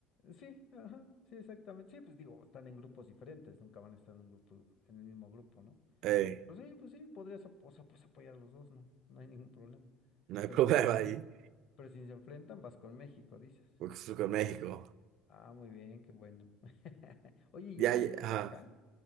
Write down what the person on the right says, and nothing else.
Eh,
no hay
<laughs> problema
ahí.
Oaxaca, México.
Ya,
ya, ajá.